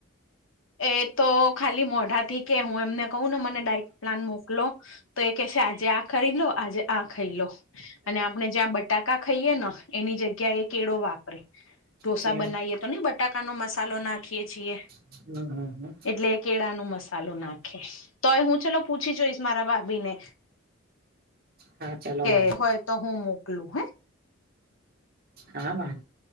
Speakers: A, on the left; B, on the right.
A: એ તો ખાલી મોઢા થી કે હું એમને કઉ ને મને ડાઇટ પ્લાન મોકલો. તો એ કેહેશે આજે આ ખરી લો આજે આ ખાઈ લો અને આપને જ્યાં બ ટાકા ખાઈએ ને એની જગ્યા એ કેળો વાપરે. ઢોસા
B: કે
A: બનાવીએ તો ને બટાકાનો મસાલો નાખીએ છીએ.
B: <inaudible>
A: એટલે કેળા નો મસાલો નાખીશ, તોય હું ચલો પૂછી જોઈશ ભાભી ને
B: હા ચલો
A: કે
B: વાંધ
A: હોય તો હું મોકલું હે.
B: હા હા